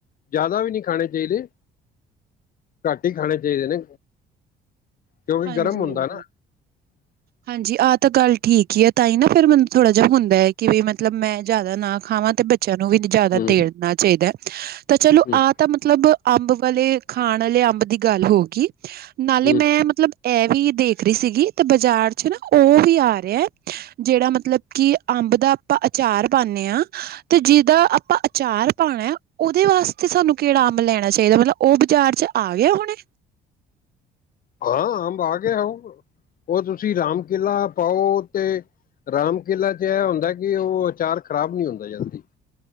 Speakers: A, on the left; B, on the right.
A: ਜ਼ਿਆਦਾ ਵੀ ਨਹੀਂ ਖਾਣੇ ਚਾਹੀਦੇ। ਘੱਟ ਹੀ ਖਾਣੇ ਚਾਹੀਦੇ ਨੇ, ਕਿਉਂਕਿ
B: ਹਾਂਜੀ
A: ਗਰਮ ਹੁੰਦਾ
B: ਹਾਂਜੀ
A: ਨਾ। <inaudible>
B: ਹਾਂਜੀ ਆਹ ਤਾਂ ਗੱਲ ਠੀਕ ਹੀ ਹੈ ਤਾਂ ਹੀ ਨਾ ਫ਼ਿਰ ਮੈਨੂੰ ਥੋੜ੍ਹਾ ਜਿਹਾ ਹੁੰਦਾ ਹੈ ਕਿ ਵੀ ਮਤਲਬ ਮੈਂ ਜ਼ਿਆਦਾ ਨਾ ਖਾਵਾਂ ਤੇ ਬੱਚਿਆਂ ਨੂੰ ਵੀ ਜ਼ਿਆਦਾ
A: ਹੂੰ
B: ਦੇਨਾ ਚਾਹੀਦਾ ਹੈ ਤਾਂ ਚਲੋ
A: ਹੂੰ
B: ਆ ਤਾਂ ਮਤਲਬ ਅੰਬ ਵਾਲੇ ਖਾਣ ਵਾਲੇ ਅੰਬ ਦੀ ਗੱਲ ਹੋ ਗਈ ਨਾਲੇ
A: ਹੂੰ
B: ਮੈਂ ਮਤਲਬ ਇਹ ਵੀ ਦੇਖ ਰਹੀ ਸੀਗੀ ਤੇ ਬਾਜ਼ਾਰ ਚ ਨਾ ਉਹ ਵੀ ਆ ਰਿਹਾ ਜਿਹੜਾ ਮਤਲਬ ਕਿ ਅੰਬ ਦਾ ਆਪਾਂ ਅਚਾਰ ਪਾਉਦੇ ਹਾਂ ਤੇ ਜਿਦਾ ਆਪਾਂ ਅਚਾਰ ਪਾਉਣਾ ਉਹਦੇ ਵਾਸਤੇ ਸਾਨੂੰ ਕਿਹੜਾ ਅੰਬ ਲੈਣਾ ਚਾਹੀਦਾ ਮਤਲਬ ਉਹ ਬਾਜ਼ਾਰ ਚ ਆ ਗਿਆ ਹੁਣੈ।
A: ਹਾਂ ਅੰਬ ਆ ਗਿਆ ਹਾਊ, ਉਹ ਤੁਸੀਂ ਰਾਮ ਕੇਲਾ ਪਾਓ ਤੇ ਰਾਮ ਕੇਲਾ ਚ ਇਹ ਹੁੰਦਾ ਕਿ ਉਹ ਅਚਾਰ ਖ਼ਰਾਬ ਨੀ ਹੁੰਦਾ ਜਲਦੀ।